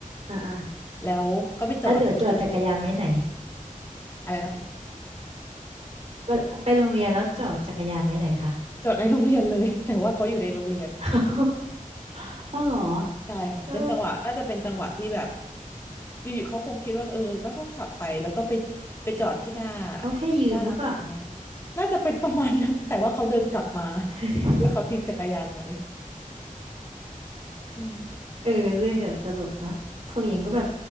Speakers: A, on the right (about 50°); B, on the left (about 20°).
A: อ่าอ่า
B: แล้วก็ไปจอดที่
A: อ่ะเดี๋ยวจอดจักรยานไว้ไหน
B: อะไรนะ
A: เวลาไปโรงเรียนแล้วจอดจักรยานไว้ไหนคะ
B: จอดในโรงเรียนเลย <laughs> แต่ว่าเขาอยู่ในโรงเรียน
A: <laughs> เอาเหรอ
B: ใช่ค่ะเป็นจังหวะน่าจะเป็นจังหวะที่แบบ
A: เออ
B: อยู่ๆเขาคงคิดว่าเออก็เขาขับไปแล้วก็ไปไปจอดที่หน้า
A: เขาแค่ยืมหรือเปล่า
B: หน้าร้านค้าน่าจะเป็นประมาณนั้นแต่ว่าเขาเดินกลับมา
A: <laughs>
B: แล้วเขาทิ้งจักรยานไว้อืม
A: เออเรื่องแบบตลกเนาะของหญิงก็แบบ
B: ใช่